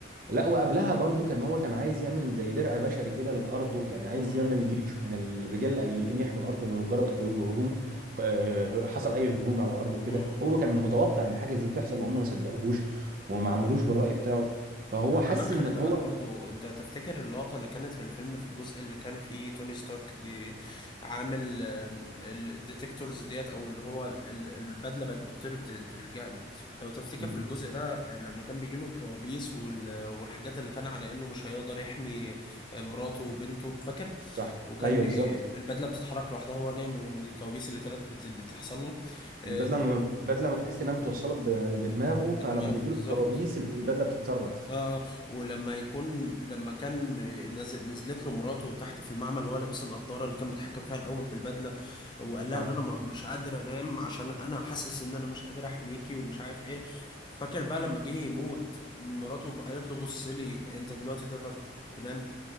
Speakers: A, on the right; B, on the left.
A: لا وقبلها برضو كان هو كان عايز يعمل زي درع بشري كده للارض وكان عايز
B: امم
A: يعمل جيش من الرجال الاليين يحموا الارض بمجرد خو- هجوم آه، حصل اي هجوم على الارض وكده
B: امم
A: هو كان متوقع ان حاجه زي تحصل وهم ما صدقوهوش وما عملوش بالراي بتاعه فهو
B: لو
A: حس
B: كمان خلي
A: ان
B: بالك
A: هو
B: برضو انت تفتكر اللقطة اللي كانت في الفيلم في الجزء اللي كان فيه توني ستارك بيعامل آم، ال- الديتكتورز ديت او ان هو ال- ال- البدلة بقت بتطير ت- تلجأ له لو تفتكر
A: مم،
B: في الجزء ده آه، لما كان بيجيله الكوابيس وال- والحاجات اللي كان على انه مش هيقدر يحمي آه، مراته وبنته فاكر
A: صح
B: وكان
A: ايوه
B: بي
A: بالظبط
B: البدله بتتحرك لوحدها وهو نايم من من الكوابيس اللي كانت بت... بتحصل له آه،
A: البدله م- البدله ما تحس انها متوصله ب- بدماغه
B: بدماغه
A: فلما بيجيله
B: بالظبط
A: الكوابيس البدله بتتصرف
B: اه آه. ولما يكون لما كان بي- نزل... نزلت له مراته تحت في المعمل وهو لابس النضاره اللي كان بيتحكم فيها الاول بالبدله وقال
A: صح
B: لها ان انا ما- مش قادر انام عشان انا حاسس ان انا مش قادر احميكي ومش عارف ايه فاكر بقى لما جه يموت مراته قالت له بص لي انت دلوقتي تقدر تنام